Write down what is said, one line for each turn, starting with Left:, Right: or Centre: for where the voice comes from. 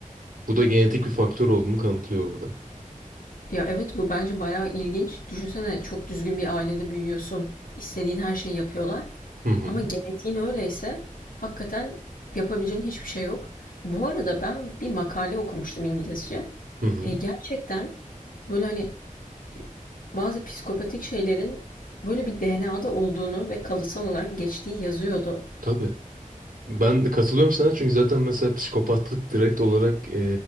Right: Bu da genetik bir faktör olduğunu kanıtlıyor orada.
Left: Ya evet bu bence bayağı ilginç. Düşünsene çok düzgün bir ailede büyüyorsun. İstediğin her şeyi yapıyorlar.
Right: Hı hı.
Left: Ama genetiğin öyleyse hakikaten yapabileceğin hiçbir şey yok. Bu arada ben bir makale okumuştum İngilizce.
Right: Hı hı.
Left: E, gerçekten böyle hani e, bazı psikopatik şeylerin böyle bir DNA'da olduğunu ve kalıtsal olarak geçtiği yazıyordu.
Right: Tabii. Ben de katılıyorum sana çünkü zaten mesela psikopatlık direkt olarak eee,